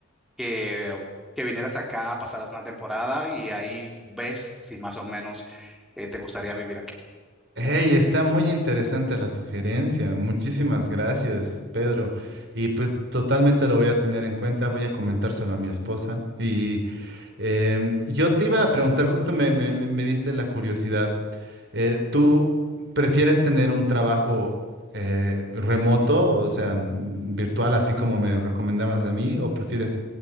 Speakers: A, in the centre; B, on the right (about 60°).
A: que, que vinieras acá, pasaras una temporada y ahí ves si más o menos eh, te gustaría vivir aquí.
B: Hey, está muy interesante la sugerencia. Muchísimas gracias, Pedro. Y pues totalmente lo voy a tener en cuenta. Voy a comentárselo a mi esposa. Y em, yo te iba a preguntar, justo me, me- me- me diste la curiosidad. Eh, ¿tú prefieres tener un trabajo eh, remoto, o sea, mm, virtual, así como me recomendabas a mí, o prefieres